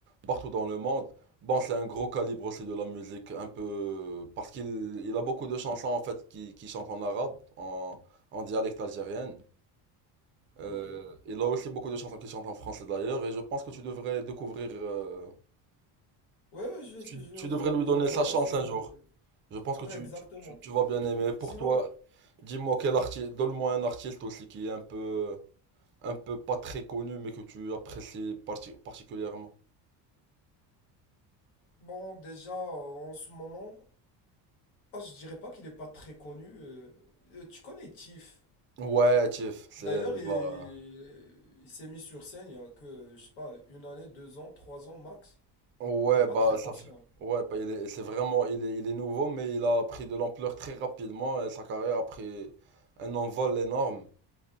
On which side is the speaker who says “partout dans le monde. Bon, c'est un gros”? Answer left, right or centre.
Right